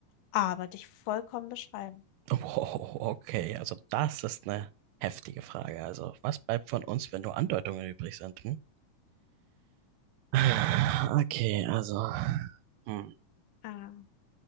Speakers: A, on the left (about 80°); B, on the right (about 90°).
A: aber dich vollkommen beschreiben?
B: Wow, okay, also das ist eine heftige Frage. Also, was bleibt von uns, wenn nur Andeutungen übrig sind? Hm? Ah, Okay, also, hm,
A: Ah,